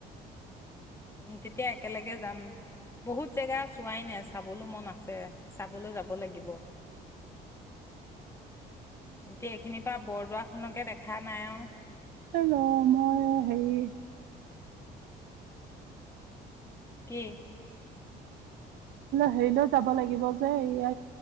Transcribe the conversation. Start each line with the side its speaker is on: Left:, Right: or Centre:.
Left: উ তেতিয়া একেলগে যাম বহুত জেগা চোৱাই নাই চাবলৈ মন আছে চাবলৈ যাব লাগিব এতিয়া এইখিনিৰ পৰা বৰদোৱা খকে দেখা নাই আৰু
Right: হ মই হেৰি
Left: কি
Right: হেৰিলৈ যাব লাগিব যে ইয়